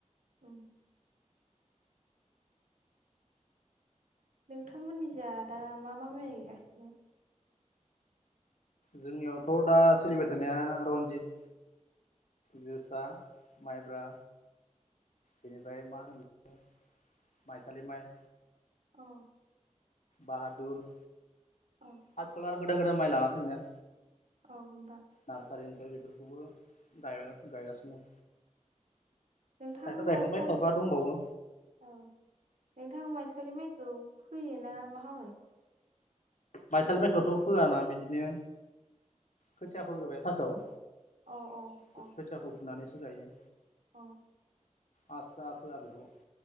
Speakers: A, on the right; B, on the left.
A: ओम। नोंथांमोननि जा दा मा - मा माय गायगासिनो।
B: जोंनियावथ' दा सोलिबाय थानाया र'नजित जोसा, माइब्रा बेनिफ्राय मा होनो बेखो माइसालि माइ
A: औ।
B: बाहादुर
A: औ।
B: आथिखालाव आरो गोदान - गोदान माइ लाना फैयोना।
A: औ होमबा
B: नारसारिनिफ्रायबो बेफोरखौबो गायगा गायगासिनो।
A: नोंथां
B: खायफा गायखांबाय
A: माइसालि
B: खायफा दंबावो।
A: औ नोंथां माइसालि माइखौ फोयो ना मा खामो?
B: माइसालि मायखौथ' फोयाना बिदिनो खोथिया फोग्रोबाय फार्स्टआव
A: अ अ
B: खोथियाखौ
A: अ
B: फुनानैसो गायो।
A: अ।
B: आब्रा फोरा बेखौ